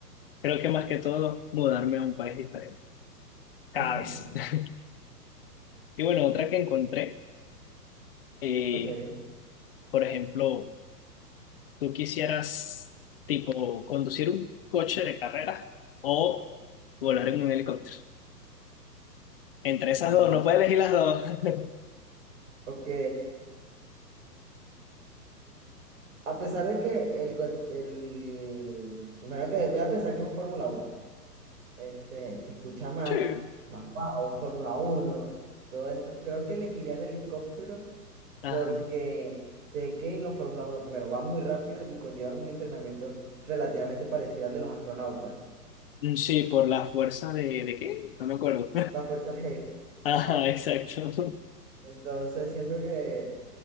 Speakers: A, on the left (about 35°); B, on the right (about 50°).
A: creo que más que todo, mudarme a un país diferente, cada
B: <laughs>
A: vez. <laughs> Y bueno, otra que encontré, eh,
B: Ok.
A: por ejemplo, tú quisieras, tipo, conducir un coche de carrera o volar en un helicóptero. Entre esas
B: Uh,
A: dos, no puedes elegir las dos. <laughs>
B: ok. A pesar de que el coche, el... Imagino que voy a pensar que es un Fórmula uno Este, se escucha más,
A: Sí.
B: más wow, un Fórmula uno todo eso. Creo que elegiría el helicóptero
A: Ajá.
B: porque sé que los Fórmula uno primero, van muy rápido y conllevan un entrenamiento relativamente parecido al de los astronautas,
A: Sí, por la fuerza de, ¿de qué? No me acuerdo.
B: la Fuerza G.
A: Ajá, exacto. <laughs>
B: Entonces siento que